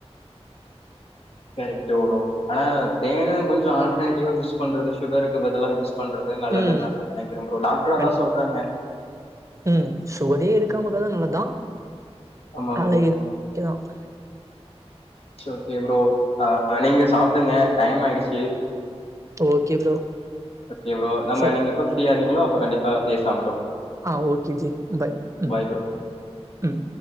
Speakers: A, on the left; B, on the right.
A: கரெக்டு ப்ரோ ஆனா தேனு கொஞ்சு ஆல்டர்னேட்டிவா யூஸ் பண்றது சுகருக்கு பதிலா பண்றது நல்லது
B: ம்
A: நானு நெனைக்கிரேன் ப்ரோ டாக்டரு
B: கண்டி-
A: அதா சொல்றாங்க
B: ம் சுகரே எடுக்காம இருக்கரது நல்லதுதா
A: ஆமா
B: ஆலே
A: ப்ரோ
B: <unintelligible>
A: சோக்கே ப்ரோ ஆ நீங்க சாப்பிடுங்க டைம் ஆயிடுச்சு
B: ஓகே ப்ரோ.
A: ஓகே ப்ரோ நம்ம
B: சரி.
A: நீங்க எப்ப ஃப்ரீ ஆகீங்களோ அப்ப கண்டிப்பா பேசலா‌ ப்ரோ
B: ஆ ஓகே ஜி பை ம்
A: பாய் ப்ரோ
B: ம்